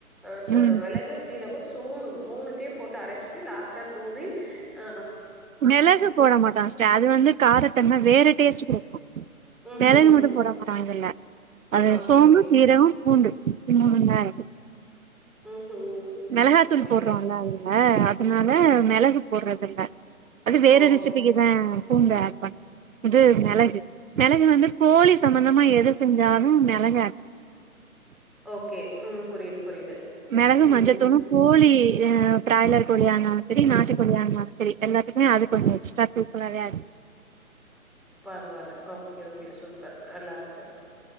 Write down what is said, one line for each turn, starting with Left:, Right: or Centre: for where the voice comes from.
Centre: அ ச
Right: ம்
Centre: மெளகு சீரகொ ச் சோம்பு மூணுத்தையு போட்டு அரச்சிட்டு லாஸ்டா தூவி ஆ
Right: மெளகு போட மாட்டாங்க சிஸ்ட அது வந்து காரத்தன்ம வேற டேஸ்ட்டு குடுக்கு
Centre: ம்ஹ்ம்.
Right: மெளகு மட்டு போட கூடாதுல அது
Centre: ஓகே.
Right: சோம்பு சீரகொ பூண்டு இப்டி மூண் இதா இருக்கு
Centre: ம்ஹ்ம்.
Right: மெளகாத்தூள்
Centre: சரி.
Right: போடுறோல்ல அதுல அ அதுனால மெளகு போடுறதில்ல அது வேற
Centre: ஓகே.
Right: ரெசிபிக்குதா பூண்ட ஆட்பண் இது மெளகு மெளகு வந்து கோழி சம்பந்தமா எது செஞ்சாலு மெளகு ஆட் அ
Centre: ஓகே ம் புரியுது புரியுது
Right: மெளகு
Centre: ம்.
Right: மஞ்ச தூள் உப்பு கோழி அ பிராய்லர் கோழியா இருந்தாலு சரி நாட்டு கோழியா இருந்தாலு சரி எல்லாத்துக்குமே அது கொஞ்ச எக்ஸ்ட்ராதூக்கலா கெடையாது
Centre: பரவால்ல ஓகே ஓகே சூப்பர் நல்லா இருக்கு